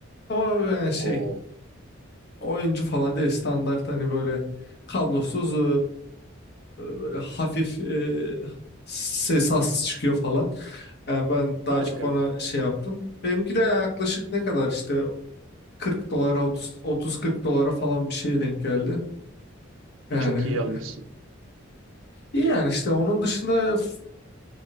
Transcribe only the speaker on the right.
Oo.
Harika.
E, çok iyi almışsın.